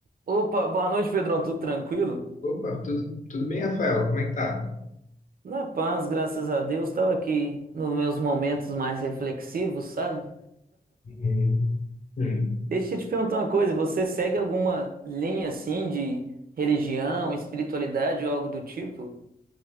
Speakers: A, on the right (about 60°); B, on the left (about 50°).
A: Opa, boa noite, Pedrão. Tudo tranquilo?
B: Opa, tudo, tudo bem, Rafael? Como é que tá?
A: Na paz, graças a Deus. Estava aqui nos meus momentos mais reflexivos, sabe?
B: Hum, hum.
A: Deixa eu te perguntar uma coisa: você segue alguma linha assim de religião, espiritualidade ou algo do tipo?